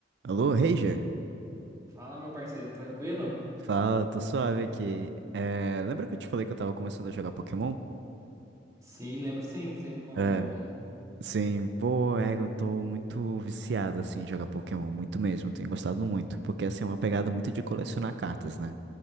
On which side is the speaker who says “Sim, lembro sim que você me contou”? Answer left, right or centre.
Right